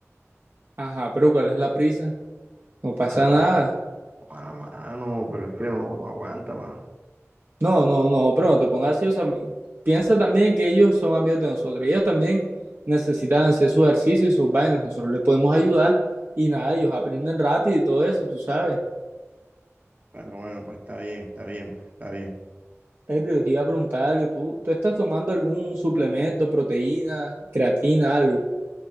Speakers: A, on the right (about 45°); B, on the right (about 30°).
A: Ajá, pero ¿cuál es la prisa? No pasa
B: Ah,
A: nada.
B: ah, mano, pero es que no, no aguanta, mano.
A: No, no, no, pero no te pongas así. O sea, mi- piensa también que ellos son amigos de nosotros. Ellos también necesitan hacer su ejercicio y sus vainas. Nosotros les podemos ayudar y nada, ellos aprenden rápido y todo eso, tú sabes.
B: Bueno, bueno, pues está bien, está bien, pues está bien.
A: Ey, pero yo te iba a preguntar algo. ¿Tú, tú estás tomando algún suplemento, proteína, creatina, algo?